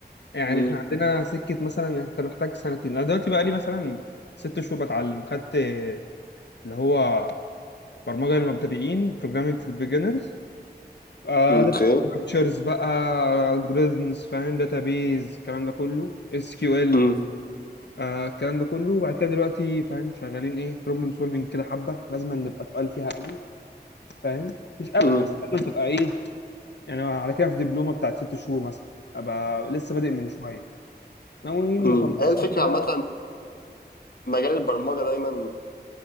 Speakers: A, on the left (about 80°); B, on the left (about 60°).
A: يعني
B: مم،
A: احنا عندنا سكه مثلا انت محتاج سنتين انا دلوقتي بقى لي مثلا ست شهور بتعلم خدت اللي هو برمجة للمبتدئين programming for beginners اه
B: اوكي
A: داتا ستراكشرز بقى algorithms فاهم database الكلام ده كله SQL
B: مم،
A: آه الكلام ده كله وبعد كده دلوقتي فاهم شغالين ايه problem solving كده حبة لازم نبقى تقال فيها قوي فاهم مش قوي
B: مم،
A: بس لازم تبقى ايه يعني أنا على كده في دبلومة بتاعت ست شهور مثلا ابقى لسه بادئ من شوية ناويين
B: مم.
A: نخلصها
B: هي الفكرة
A: كده
B: عامة مجال البرمجة دايما